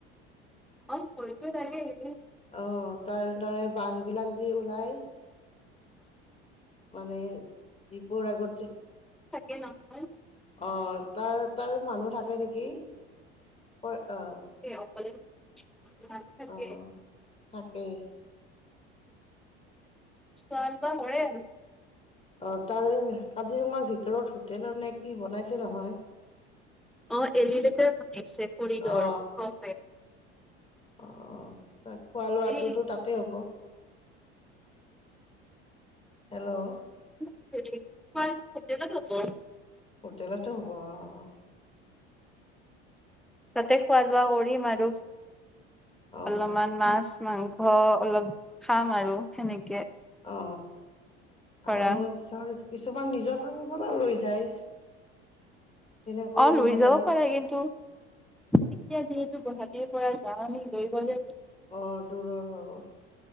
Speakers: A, in the centre; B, on the left (about 20°).
A: <unintelligible> লাগে?
B: অ তাৰ তৰে বাঘ বিলাক যি ওলাই।
A: <inaudible>
B: মানে জীপৰ আগতে
A: কে নহ
B: অ তাৰ তাৰ মানুহ থাকে নেকি। হয় আহ।
A: অকলে মানুহ থাকে
B: আহ তাকেই
A: চাল বা পৰে আৰু
B: অ তাৰে কাজিৰঙাৰ ভিতৰত হোটেল নে কি বনাইছে নহয়।
A: অ এলিভেটড বনাইছে কৰিডৰ
B: অ
A: ও
B: অ ত খোৱা লোৱাটোতো
A: এই
B: তাতে হ'ব। হেল্ল'
A: <unintelligible>
B: হোটেলটো হ'ব আহ
A: তাতে খোৱা লোৱা কৰিম আৰু
B: অ
A: অলপমান মাছ মাংস অলপ খাম আৰু সেনেকে
B: অ
A: ধৰা
B: আৰু ধৰ কিছুমান নিজৰ ফালৰ পৰা লৈ যায়। তেনেকৈ
A: অ
B: নিব
A: লৈ
B: পাৰিম।
A: যাব পাৰে কিন্তু এতিয়া যিহেতু গুৱাহাটীৰ পৰা যাম আমি। লৈ গ'লে
B: অ দূৰৰ হ'ব